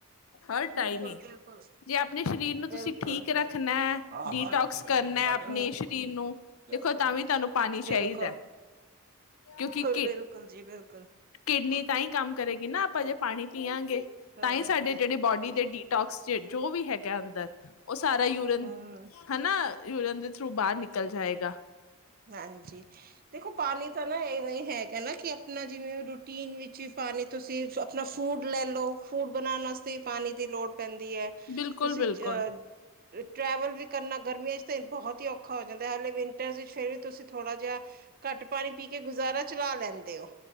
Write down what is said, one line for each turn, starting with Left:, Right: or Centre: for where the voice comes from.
Left: ਹਰ
Right: ਬਿਲਕੁਲ
Left: ਟਾਈਮ ਹੀ
Right: ਬਿਲਕੁਲ
Left: ਜੇ ਆਪਣੇ ਸਰੀਰ ਨੂੰ
Right: ਬਿਲਕੁਲ
Left: ਤੁਸੀਂ ਠੀਕ ਰੱਖਣਾ।
Right: ਹਾਂ
Left: ਡੀਟੋਕਸ
Right: ਹਾਂ ਠੀਕ ਹੈ ਭਾਜੀ
Left: ਕਰਨਾ
Right: ਆ
Left: ਆਪਣੇ
Right: ਗਿਆ
Left: ਸਰੀਰ ਨੂੰ ਦੇਖੋ
Right: ਬਿਲਕੁਲ
Left: ਤਾਂ ਵੀ ਤੁਹਾਨੂੰ ਪਾਣੀ ਚਾਹੀਦਾ।
Right: ਬਿਲਕੁਲ
Left: ਕਿਉਂਕਿ ਕਿ
Right: ਬਿਲਕੁਲ ਜੀ ਬਿਲਕੁਲ
Left: ਕਿਡਨੀ ਤਾਂ ਹੀ ਕੰਮ ਕਰੇਗੀ ਨਾ ਆਪਾਂ ਜੇ ਪਾਣੀ ਪੀਆਗੇ
Right: ਹਾਂ
Left: ਤਾਂ ਹੀ ਸਾਡੇ ਜਿਹੜੇ ਬੋਡੀ ਦੇ ਡੀਟੋਕਸਜੇਡ ਜੋ ਵੀ ਹੈਗਾ। ਅੰਦਰ ਉਹ ਸਾਰਾ ਯੂਰਅਨ
Right: ਹਮ
Left: ਹਨਾ ਯੂੂਰਅਨ ਦੇ ਥਰੂ ਬਾਹਰ ਨਿਕਲ ਜਾਏਗਾ।
Right: ਹਾਂਜੀ। ਦੇਖੋ ਪਾਣੀ ਤਾਂ ਨਾ ਇਹਵੇਂ ਹੀ ਹੈ। ਕਹਾ ਕਿ ਆਪਣਾ ਜਿਵੇਂ ਰੂਟੀਨ ਵਿੱਚ ਵੀ ਪਾਣੀ ਤੁਸੀਂ ਆਪਣਾ ਫੂਡ ਲੈ ਲਓ ਫੂਡ ਬਣਾਉਣ ਵਾਸਤੇ ਵੀ ਪਾਣੀ ਦੀ ਲੋੜ ਪੈਂਦੀ ਹੈ
Left: ਬਿਲਕੁਲ
Right: ਤੁਸੀਂ
Left: ਬਿਲਕੁਲ
Right: ਅਹ ਟਰੈਵਲ ਵੀ ਕਰਨਾ ਗਰਮੀਆਂ ਚ ਤਾਂ ਬਹੁਤ ਹੀ ਔਖਾ ਹੋ ਜਾਂਦਾ ਹੈ ਹਾਲੇ ਵਿੰਟਰ ਫੇਰ ਵੀ ਤੁਸੀਂ ਥੋੜ੍ਹਾ ਜਿਹਾ ਘੱਟ ਪਾਣੀ ਪੀ ਕੇ ਗੁਜ਼ਾਰਾ ਚਲਾ ਲੈਂਦੇ ਹੋ।